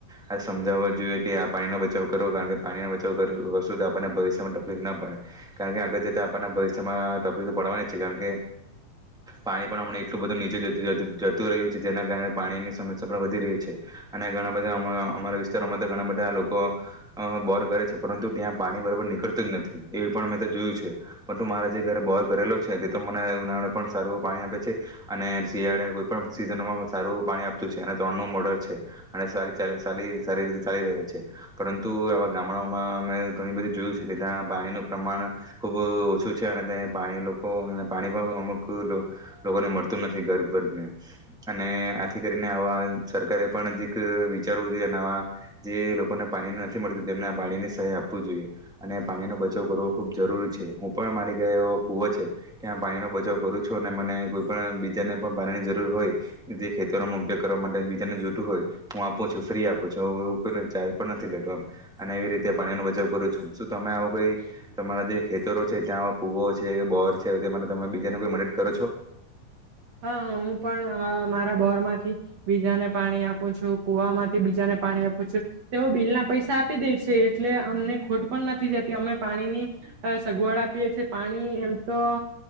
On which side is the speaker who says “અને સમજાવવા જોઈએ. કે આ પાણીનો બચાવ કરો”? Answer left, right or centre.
Centre